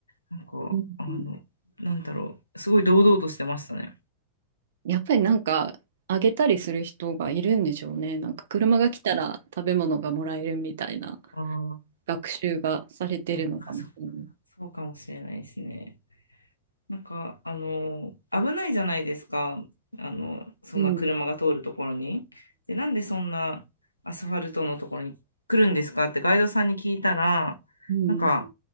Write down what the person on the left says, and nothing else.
なんか、
あの、なんだろう、すごい堂々としてましたね。
ああ、
そっかそっか、そうかもしれないですね。なんか、あの、危ないじゃないですか。あの、そんな車が通るところに。
で、なんでそんなアスファルトのところに来るんですかってガイドさんに聞いたら、
なんか、